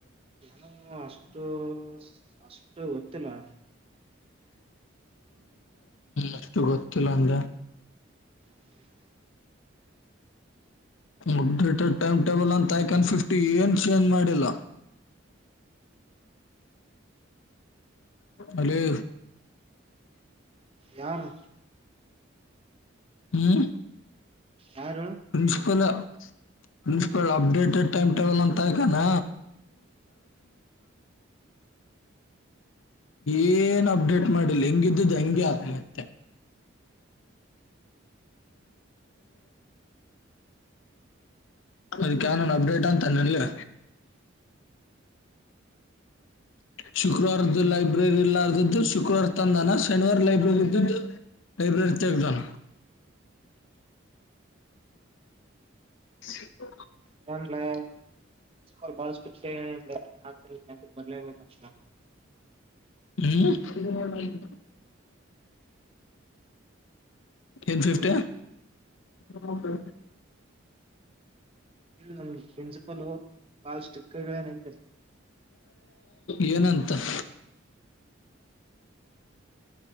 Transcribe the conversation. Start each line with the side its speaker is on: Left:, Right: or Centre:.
Right: ನಾನು ಅಷ್ಟು ಅಷ್ಟ. ಗೊತ್ತಿಲ್ಲಾ.
Left: ಅಷ್ಟು ಗೊತ್ತಿಲ್ಲ ಅಂದೆ.
Right: ಹ್ಮ್.
Left: ಅಪ್ಡೇಟೆಡ್ ಟೈಮ್ ಟೇಬಲ್ ಅಂತ ಹಾಕ್ಯಾನ್ ಫಿಫ್ಟಿ ಏನ ಚೇಂಜ್ ಮಾಡಿಲ್ಲ. ಅಲೋ.
Right: ಯಾರು.
Left: ಹ್ಮ್.
Right: ಯಾರು
Left: principal. Principal updated time table ಅಂತಾಕ್ಯನ ಏನ್ ಅಪ್ಡೇಟ್ ಮಾಡಿಲ್ಲ ಹೆಂಗಿದ್ದುದು ಹಂಗಗೆ ಅದ. ಅದಕ್ಯವ್ನಾನ್ ಅಪ್ಡೇಟ್ ಅಂತಾನ ಲೆ. ಶುಕ್ರವಾರದ್ದು ಲೈಬ್ರರಿ ಇರ್ಲರದದ್ದು ಶುಕ್ರವಾರ ತಂದಾನ ಶನಿವಾರ ಲೈಬ್ರರಿ ಇದ್ದದು ಲೈಬ್ರರಿ ತೆಗ್ದಾನ. <inaudible>
Right: ಹನ್ಲ್ಲ <inaudible> ಬು <unintelligible> ಬರ್ಲೆಬೇಕಾ ಚಿನ್.
Left: ಹ್ಮ್. ಏನ್ ಫಿಫ್ಟಿ <inaudible>
Right: ಹ್ಮ ಪ್ರಿನ್ಸಿಪಲ್ ಬಳಷ್ಟು ಕೈಗಳೇಏನಂದೆ
Left: ಏನಂತ <inaudible>